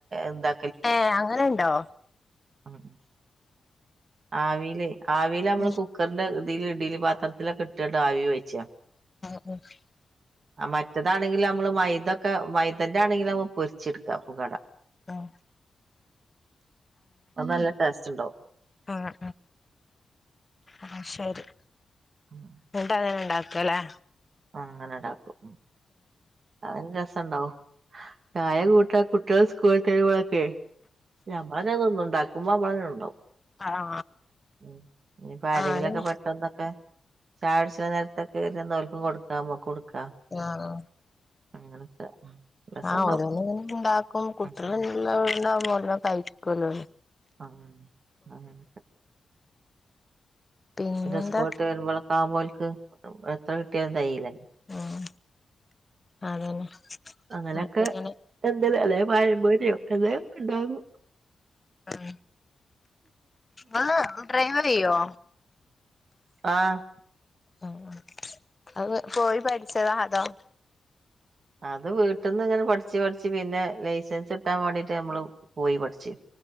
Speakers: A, on the right (about 65°); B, on the left (about 30°).
A: എന്താ
B: ഏഹ് അങ്ങനെ ഇണ്ടോ?
A: ഉം ആവില് ആവില് നമ്മള്
B: ഉം
A: കുക്കറിന്റെ ഇതില് ഇഡലി പാത്രത്തിലൊക്കെ ഇട്ടിട്ട് ആവി വെവിച്ച
B: <unintelligible>
A: ആഹ് മറ്റതാണെങ്കില് നമ്മള് മൈതൊക്കെ മൈതന്റെ ആണെങ്കില് നമ്മള് പൊരിച്ചെടുക്ക പുകട
B: ഉം
A: അത് നല്ല ടേസ്റ്റ് ഇണ്ടാവും
B: ആഹ് ആഹ് ശെരി
A: ഉം
B: ഇന്നട്ട് അങ്ങനെണ്ട ക്കലാ
A: അങ്ങനെണ്ടാക്കും അതോരു രസണ്ടാവും ചായ കൂട്ട കുട്ടികള് സ്കൂൾട്ട് വരുമ്പളൊക്കെ നമ്മളന്നെ തിന്നും അതൊന്നും ഇണ്ടാക്കുമ്പോ അമ്മളെണ്ടാവും
B: ആഹ്
A: ഉം ഇഞ് ആരെങ്കിലൊക്കെ
B: ആഹ് ആഹ്
A: പെട്ടന്നൊക്കെ ചായട്ച്ച്ണെ നേര് കൊറി വന്നാ ഓൽക്കും കൊടുക്കാ നമ്മക്കും ഇട്ക്കാ
B: ആഹ്
A: അങ്ങനൊക്കെ രസണ്ടാവും
B: ആഹ് ഓരെന്ന് ഇങ്ങനെ ഇണ്ടാക്കും കുട്ടികള്ല്ല
A: ഉം ഉം
B: വീടാവുമ്പോ എല്ലാം കഴിക്കുല്ലോ
A: ആഹ് അങ്ങനെക്കെ
B: പിന്നെന്താ
A: പിന്നെ സ്കൂള് വിട്ട് വെരുമ്പളോക്കെ ആകുമ്പോ ഓൽക്ക് എത്ര കിട്ടിയാലും തേയില
B: ഉം അതന്നെ
A: അങ്ങനെക്കെ
B: അപ്പ ഇങ്ങനെ
A: എന്തെല്ലും അല്ലെ പഴം പോരെ എന്തെങ്കിലും ഒക്കെ ഇണ്ടാക്കും.
B: ഉം വാ ഡ്രൈവറെയ്യോ
A: ആഹ്
B: ഉം ഉം അത് പോയി പഠിച്ചതാ അതോ?
A: അത് വീട്ട്ന്ന് ഇങ്ങനെ പഠിച്ച് പഠിച്ച് പിന്നെ ലൈസൻസ് കിട്ടാൻ വേണ്ടീട്ട് നമ്മള് പോയി പഠിച്ച്